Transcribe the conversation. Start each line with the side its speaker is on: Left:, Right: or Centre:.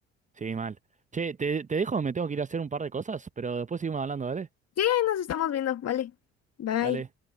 Right: Sí, mal. Che, te, te dejo, me tengo que ir a hacer un par de cosas, pero después seguimos hablando, dale.
Left: Sí, ahí nos estamos viendo. Vale. Bye.
Right: Dale.